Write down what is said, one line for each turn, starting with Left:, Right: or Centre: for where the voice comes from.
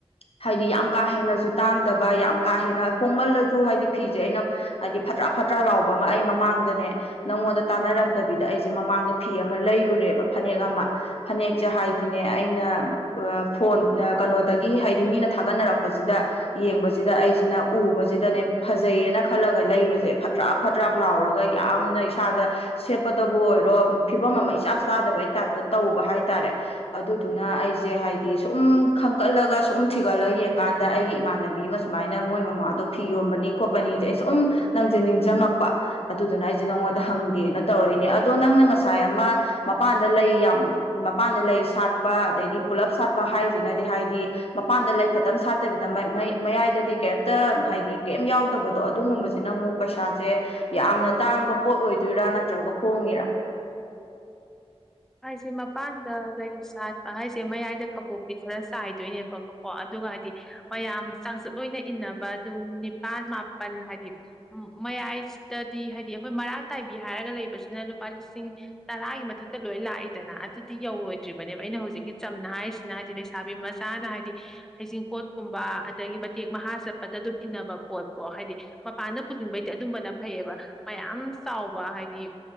Left: ꯍꯥꯏꯗꯤ ꯌꯥꯝ ꯀꯥ ꯍꯦꯟꯅꯁꯨ ꯇꯥꯡꯗꯕ ꯌꯥꯝ ꯀꯥ ꯍꯦꯟꯅ ꯍꯣꯡꯃꯜꯂꯁꯨ ꯍꯥꯏꯗꯤ ꯐꯤꯁꯦ ꯑꯩꯅ ꯍꯥꯏꯗꯤ ꯐꯠꯇ꯭ꯔꯥ ꯐꯠꯇ꯭ꯔꯥ ꯂꯥꯎꯕ ꯑꯃ ꯑꯩ ꯃꯃꯥꯡꯗꯅꯦ ꯅꯪꯉꯣꯟꯗ ꯇꯥꯟꯅꯔꯝꯗꯕꯤꯗ ꯑꯩꯁꯦ ꯃꯃꯥꯡꯗ ꯐꯤ ꯑꯃ ꯂꯩꯔꯨꯔꯦꯕ ꯐꯅꯦꯛ ꯑꯃ ꯐꯅꯦꯛꯁꯦ ꯍꯥꯏꯗꯤ ꯗꯤꯅꯦ ꯑꯩꯅ ꯐꯣꯟ ꯀꯩꯅꯣꯗꯒꯤ ꯍꯥꯏꯗꯤ ꯃꯤꯅ ꯊꯥꯒꯠꯅꯔꯛꯄꯁꯤꯗ ꯌꯦꯡꯕꯁꯤꯗ ꯑꯩꯁꯤꯅ ꯎꯕꯁꯤꯗꯅꯦ ꯐꯖꯩꯌꯦꯅ ꯈꯜꯂꯒ ꯂꯩꯕꯁꯦ ꯐꯠꯇ꯭ꯔꯥꯛ ꯐꯠꯇ꯭ꯔꯥꯛ ꯂꯥꯎꯔꯒ ꯌꯥꯝꯅ ꯏꯁꯥꯗ ꯁꯦꯠꯄꯗꯕꯨ ꯑꯣꯏꯔꯣ ꯐꯤꯕꯝ ꯑꯃ ꯏꯆꯥ ꯆꯥꯗꯕꯩ ꯇꯥꯏꯞꯇ ꯇꯧꯕ ꯍꯥꯏꯇꯥꯔꯦ ꯑꯗꯨꯗꯨꯅ ꯑꯩꯁꯦ ꯍꯥꯏꯗꯤ ꯁꯨꯝ ꯈꯟꯒꯠꯂꯒ ꯁꯨꯝ ꯊꯤꯒꯠꯂ ꯌꯦꯡꯀꯥꯟꯗ ꯑꯩꯒꯤ ꯏꯃꯥꯟꯅꯕꯤ ꯑꯃ ꯁꯨꯃꯥꯏꯅ ꯃꯣꯏ ꯃꯃꯥꯗꯣ ꯐꯤ ꯌꯣꯟꯕꯅꯤ ꯈꯣꯠꯄꯅꯤꯁꯦ ꯑꯩ ꯁꯨꯝ ꯅꯪꯁꯦ ꯅꯤꯡꯁꯤꯡꯉꯛꯄ ꯑꯗꯨꯗꯨꯅ ꯑꯩꯁꯦ ꯅꯪꯉꯣꯟꯗ ꯍꯪꯒꯦꯅ ꯇꯧꯔꯛꯏꯅꯦ ꯑꯗꯣ ꯅꯪꯅ ꯉꯁꯥꯏ ꯑꯃ ꯃꯄꯥꯟꯗ ꯂꯩ ꯌꯥꯝ ꯃꯄꯥꯟꯗ ꯂꯩꯁ ꯁꯥꯠꯄ ꯑꯗꯗꯒꯤ ꯄꯨꯜꯂꯞ ꯁꯥꯠꯄ ꯍꯥꯏꯁꯤꯅꯗꯤ ꯍꯥꯏꯗꯤ ꯃꯄꯥꯟꯗ ꯂꯩ ꯈꯛꯇꯪ ꯁꯥꯠꯇꯕꯤꯗ ꯃꯌꯥꯏꯗꯗꯤ ꯀꯩꯝꯇ ꯍꯥꯏꯗꯤ ꯀꯩꯝ ꯌꯥꯎꯗꯕꯗꯣ ꯑꯗꯨꯒꯨꯝꯕꯁꯤꯅ ꯑꯃꯨꯛ ꯄꯩꯁꯥꯁꯦ ꯌꯥꯝꯅ ꯇꯥꯡꯕ ꯄꯣꯠ ꯑꯣꯏꯗꯣꯏꯔꯥ ꯅꯠꯇ꯭ꯔꯒ ꯍꯣꯡꯉꯤꯔꯥ
Centre: ꯍꯥꯏꯁꯦ ꯃꯄꯥꯟꯗ ꯂꯩ ꯁꯥꯠꯄ ꯍꯥꯏꯁꯦ ꯃꯌꯥꯏꯗ ꯀꯕꯣꯛꯇꯤ ꯈꯔ ꯆꯥꯏꯗꯣꯏꯅꯦꯕꯀꯣꯀꯣ ꯑꯗꯨꯒ ꯍꯥꯏꯗꯤ ꯃꯌꯥꯝ ꯆꯥꯡꯆꯠ ꯑꯣꯏꯅ ꯏꯟꯅꯕ ꯑꯗꯨꯝ ꯅꯤꯄꯥꯜ ꯃꯥꯄꯜ ꯍꯥꯏꯗꯤ ꯃꯌꯥꯏꯗꯗꯤ ꯍꯥꯏꯗꯤ ꯑꯩꯈꯣꯏ ꯃꯔꯥꯛ ꯇꯥꯏꯕꯤ ꯍꯥꯏꯔꯒ ꯂꯩꯕꯁꯤꯅ ꯂꯨꯄꯥ ꯂꯤꯁꯤꯡ ꯇꯔꯥꯒꯤ ꯃꯊꯛꯇ ꯂꯣꯏ ꯂꯥꯛꯏꯗꯅ ꯑꯗꯨꯗꯤ ꯌꯧꯔꯣꯏꯗ꯭ꯔꯤꯕꯅꯦꯕ ꯑꯩꯅ ꯍꯧꯖꯤꯛꯀꯤ ꯆꯝꯅ ꯍꯥꯏꯔꯤꯁꯤꯅ ꯍꯥꯏꯗꯤ ꯂꯩꯁꯥꯕꯤ ꯃꯆꯥꯅ ꯍꯥꯏꯗꯤ ꯍꯩꯖꯤꯡꯄꯣꯠꯀꯨꯝꯕ ꯑꯗꯒꯤ ꯃꯇꯦꯛ ꯃꯍꯥ ꯆꯠꯄꯗ ꯑꯗꯨꯝ ꯏꯟꯅꯕ ꯄꯣꯠꯄꯣ ꯍꯥꯏꯗꯤ ꯃꯄꯥꯟꯗ ꯄꯨꯁꯤꯟꯕꯩꯗꯤ ꯑꯗꯨꯝꯕꯅ ꯐꯩꯌꯦꯕ ꯃꯌꯥꯝ ꯆꯥꯎꯕ ꯍꯥꯏꯗꯤ